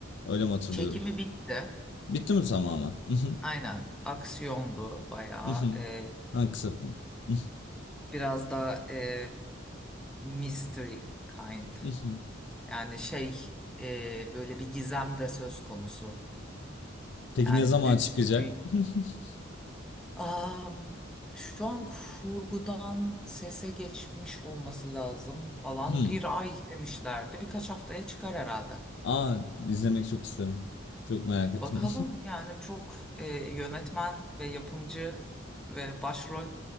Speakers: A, on the left (about 60°); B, in the centre.
A: Öyle mi hatırlıyorum?
B: Çekimi bitti.
A: Bitti mi tamamen? Mhm,
B: Aynen aksiyondu bayağı.
A: mhm.
B: E,
A: Ha kısa film. Mhm,
B: Biraz da e, mystery kind.
A: mhm.
B: Yani şey e, böyle bir gizem de söz konusu.
A: Peki
B: Yani
A: ne zaman
B: dü-
A: çıkacak?
B: dü-
A: <laughs>
B: Am, şu an kurgudan sese geçmiş olması lazım falan.
A: Hmm.
B: Bir ay demişlerdi. Birkaç haftaya çıkar herhalde.
A: Aa izlemek çok isterim. Çok merak ettim.
B: Bakalım yani çok e, yönetmen ve yapımcı ve başrol